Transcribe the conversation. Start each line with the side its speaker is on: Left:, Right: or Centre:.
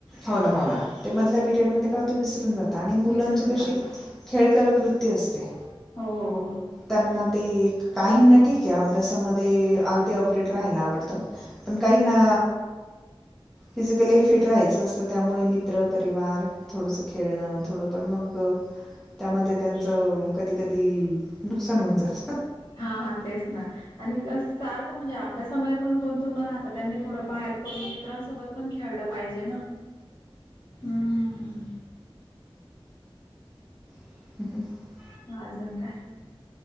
Centre: हो ना हो ना ते मधल्या पिरियड मध्ये का होत विसरून जात आणि मुलांचे
Left: विसरून
Centre: कशी
Left: जाता.
Centre: खेळ कर वृत ती असते.
Left: हो.
Centre: त्यांना ते काहीना ठीक आहे अभ्यासामध्ये अगदी अपडेट राहायला आवडतं. पण काही ना फिजिकली फिट राहायचं असतं त्यामुळे मित्र परिवार थोडस खेळणं थोडं पण मग त्यामध्ये त्यांचं कधी कधी नुकसान होऊन जात.
Left: हा हा तेच ना आणि सारखं म्हणजे अभ्यासामध्ये पण गुंतव राहत त्यां थोडं बाहेर पडून मित्रांसोबत पण खेळलं पाहिजे ना हम्म.
Centre: <unintelligible>
Left: अजून काय?